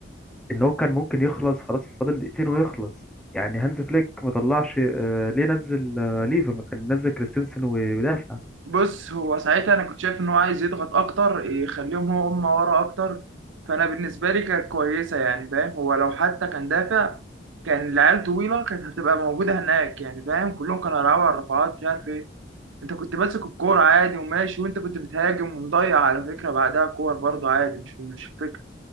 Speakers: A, in the centre; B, on the right.
A: ان هو كان ممكن يخلص خلاص فاضل دقيقتين ويخلص يعني هانز فليك ما طلعش آه، ليه نزل آه، ليفا ما كان نزل كريستنسن ويدافع
B: بص هو ساعتها انا كنت شايف ان هو عايز يضغط اكتر يخليهم هو هم ورا اكتر فانا بالنسبه لي كانت كويسه يعني فاهم هو لو حتى كان دافع كان العيال طويله كانت هتبقى موجوده هناك يعني فاهم كلهم كانوا هيلعبوا على الرفعات مش عارف ايه انت كنت ماسك الكوره عادي وماشي وانت كنت بتهاجم ومضيع على فكره بعدها كور برضه عادي مش مش فكره